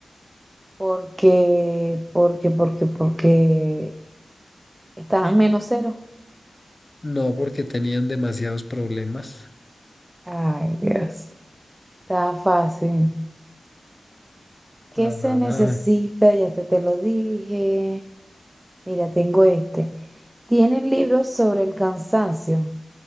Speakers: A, on the right; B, on the left.
A: porque, porque, porque, porque estaban menos cero.
B: No, porque tenían demasiados problemas.
A: Ay, Dios. Estaba fácil. ¿Qué
B: Ah,
A: se necesita? Ya te, te lo dije. Mira, tengo este. ¿Tienen libros sobre el cansancio?